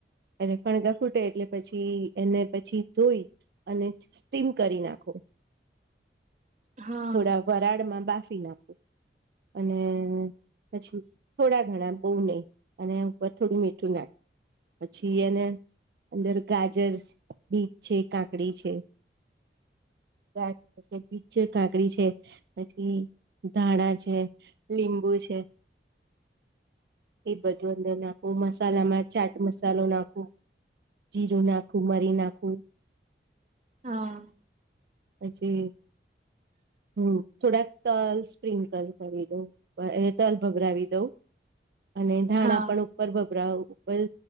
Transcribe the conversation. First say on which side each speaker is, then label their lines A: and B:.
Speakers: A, on the right; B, on the right.
A: એટલે કણગા ફૂટે એટલે પછી એને પછી ધોઈ અને સ્ટીમ કરી નાખો
B: હા
A: થોડા વરાળમાં બાફી નાખું અને પછી થોડા ઘણા બહુ નહી અને વથોડું મીઠું નાખ્યું પછી એને અંદર ગાજર બીજ છે કાકડી છે ગાજર છે બીજ છે કાકડી છે પછી ધાણા છે લીંબુ છે એ બધું અંદર નાખ ઓ મસ્ મસાલામાં ચાટ મસાલો નાખો જીરું નાખવું મરી નાખું <unintelligible>
B: હા
A: પછી હમ્મ થોડાક તલ સ્પ્રિન્કલ કરી દઉં અ તલ ભભરાવી દઉં અને ધાણા
B: હા
A: પણ ઉપર ભભરાવું ઉપપલ